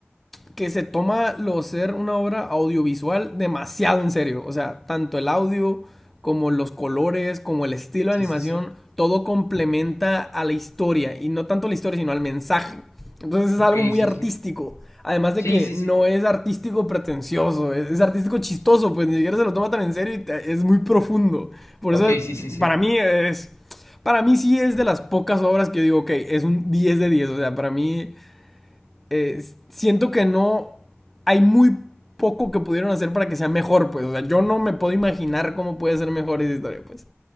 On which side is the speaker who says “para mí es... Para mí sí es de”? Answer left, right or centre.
Centre